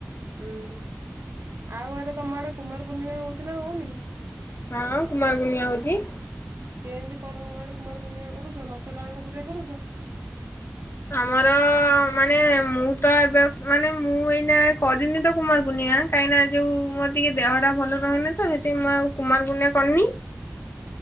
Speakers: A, on the right (about 90°); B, on the left (about 60°).
A: ଉୁଁ ହ ଆଉ ଆରେ ତମ ଆଡେ କୁମାର ପୂର୍ଣ୍ଣିମା ହଉଛି ନା ହଉନି
B: ହଁ କୁମାର ଗୁନିଆ ହଉଛି।
A: ଏ ଏମିତି କଣ କମ ଆଡେ କୁମାରୀ ପୂର୍ଣ୍ଣିମା କରୁଛ ମାସ ଟାଙ୍କୁ ପୂଜା କରୁଛ।
B: ଆମର ମାନେ ମୁଁ ତ ଏବେ ମାନେ ମୁଁ ଏଇଟା କରିନି ତ କୁମାର ପୂର୍ଣ୍ଣିମା କାହିଁକିନା ଯୋଉ ମୋର ଟିକେ ଦେହ ଟା ଭଲ ରହେନି ତ ସେଥିାଇଁ ମୁଁ ଆଉ କୁମାର ପୂର୍ଣ୍ଣିମା କରିନି